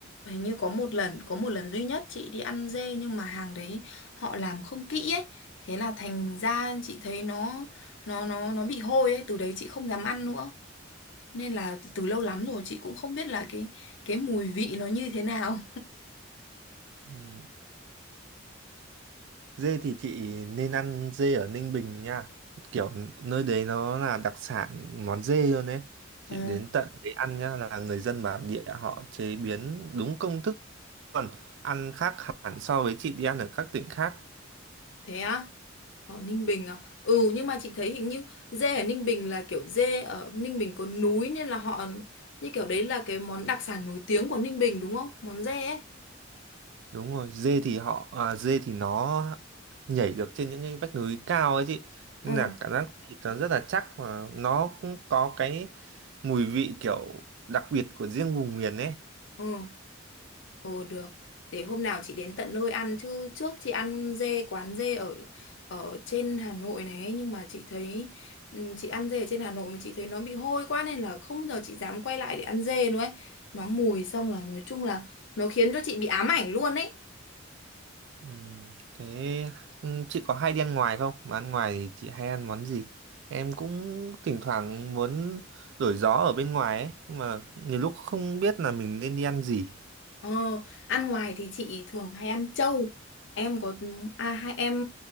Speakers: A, on the left; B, on the right.
A: hình như có một lần có một lần duy nhất chị đi ăn dê nhưng mà hàng đấy họ làm không kỹ ấy thế là thành ra chị thấy nó nó nó nó bị hôi ấy từ đấy chị không dám ăn nữa nên là từ lâu lắm rồi chị cũng không biết là cái cái mùi vị nó như thế nào
B: Ừ, Dê thì chị nên ăn dê ở Ninh Bình nha. Kiểu nơi đấy nó là đặc sản món dê luôn đấy. Chị
A: Ồ,
B: đến tận đấy ăn nhá là người dân bản địa họ chế biến đúng công thức luôn. Ăn khác hẳn so với chị đi ăn ở các tỉnh khác.
A: thế á? Ở Ninh Bình à? Ừ, nhưng mà chị thấy hình như dê ở Ninh Bình là kiểu dê ở Ninh Bình có núi nên là họ như kiểu đấy là cái món đặc sản nổi tiếng của Ninh Bình đúng không? Món dê ấy.
B: Đúng rồi, dê thì họ à, dê thì nó nhảy được trên những cái vách núi cao ấy chị. Nên
A: Ừ.
B: là cảm giác thịt nó rất là chắc và nó cũng có cái mùi vị kiểu đặc biệt của riêng vùng miền ấy.
A: Ừ, ồ được. Để hôm nào chị đến tận nơi ăn chứ trước chị ăn dê quán dê ở ở trên Hà Nội này ấy, nhưng mà chị thấy ừ, chị ăn dê ở trên Hà Nội mà chị thấy nó bị hôi quá nên là không bao giờ chị dám quay lại để ăn dê nữa ấy. Nó mùi xong là nói chung là nó khiến cho chị bị ám ảnh luôn ấy.
B: Ừm, thế ừm, chị có hay đi ăn ngoài không? Mà ăn ngoài thì chị hay ăn món gì? Em cũng thỉnh thoảng muốn đổi gió ở bên ngoài ấy, nhưng mà nhiều lúc không biết là mình nên đi ăn gì.
A: Ờ, ăn ngoài thì chị thường hay ăn trâu. Em có à, hai em